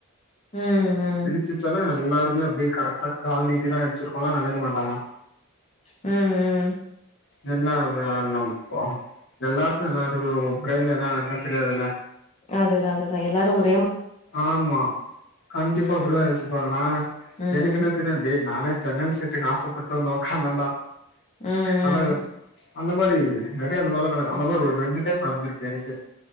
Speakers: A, on the left (about 35°); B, on the left (about 55°).
A: ம் ம்
B: இடிச்சச்சன்னா எல்லாருமே அப்படியே கரெக்டா கால் நீட்டி தான் இடிச்சிருக்கோன்ல்லா நினைக்க மாட்டாங்க
A: ம் ம்
B: என்ன ஒரியாடணம்பா எல்லாருக்கு எல்லாரு பிரெயின்ல என்னன தெரியாதுல்ல
A: அதுதா அதுதா எல்லாரு ஒரு
B: ஆமா கண்டிப்பா
A: ம்
B: அப்படித்தா யோசிப்பாங்க நான்
A: ம்
B: எனக்கு என்ன தெரியும் டே நானே ஜன்னல் சீட்டு காசப்பட்டு வந்து ஒக்காந்தன்தான்டா
A: ம் ம்
B: ஆனா அந்த மாரி அந்த மாரில்லாம்
A: ம்
B: அந்த மாரி ஒரு ரெண்டு டைம் நடந்திருக்கு எனக்கே